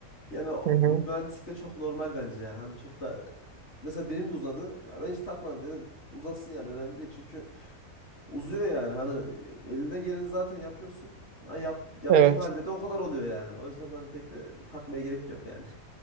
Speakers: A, on the left (about 50°); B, on the right (about 85°).
A: Yani o-
B: Hı hı.
A: mühendislik de çok normal bence yani. Hani çok da mesela benim de uzadı. Ya Ben hiç takmadım dedim. Uzasın yani önemli değil. Çünkü uzuyor yani. Hani elinden geleni zaten yapıyorsun. Ha, yap, yaptığın
B: Evet
A: halde de o kadar oluyor yani. O yüzden hani pek de takmaya gerek yok yani.